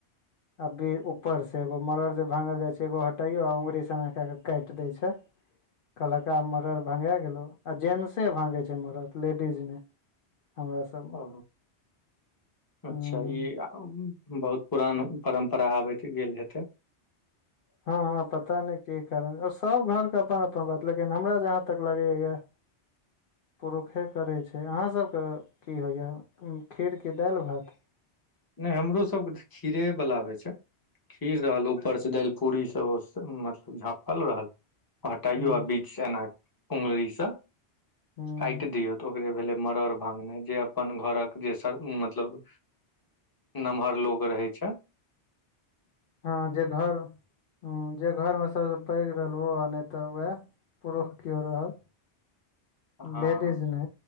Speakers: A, on the left (about 60°); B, on the left (about 20°).
A: अभी ऊपर सऽ एगो मड़ड़ जे भांगल जाय छै एगो हटयो अंगुरी स एना के के काट देय छै
B: <inaudible>
A: कहलकऽ आब मरड़ भंगा गेलो आ जेंट्से भंगे छै मरड़ लेडीज ने हमरा सब में
B: ओ अच्छा
A: हूं
B: ई बहुत पुरान परम्परा आबैत गेल हेतेय
A: हँ हँ पता नहि की कारण सब घरके अपन अपन बात लेकिन हमरा जहााँ तक लगैय यऽ पुरुखे करै छैय अहाँ सबके की होइएा खीरकी दालि भात
B: नहि हमरो सबके तऽ खीरे बला होइ छैय खीर रहल ऊपरसँ दालि पूड़ी सब मतलब झाँपल रहल हटाइयो
A: हूं
B: आ बीच सऽ एना उगलीसँ
A: हूं
B: काटि दियऔ तऽ ओकरे भेलै मड़ड़ भांगना जे अपन घरक जे मतलब नमहर लोग रहेय छैय
A: हँ जे घर जे घरमे सभसँ पैघ रहल ओ आ नहि तऽ उएह पुरुष केओ रहल
B: <inaudible> हँ
A: लेडीज ने